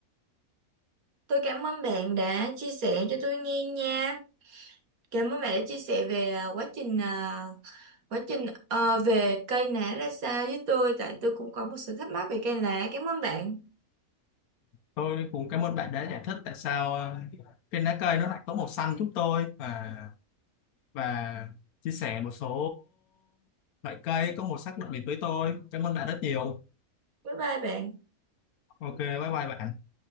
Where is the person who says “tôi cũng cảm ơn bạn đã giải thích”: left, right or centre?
Left